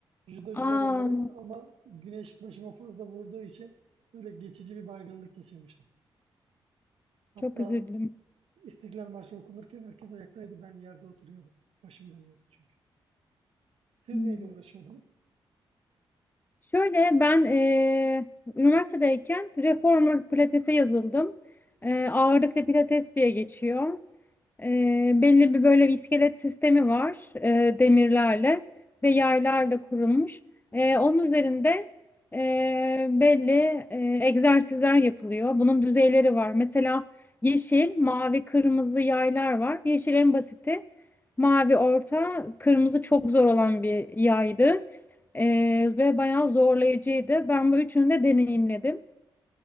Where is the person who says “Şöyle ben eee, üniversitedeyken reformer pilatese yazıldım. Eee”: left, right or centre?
Left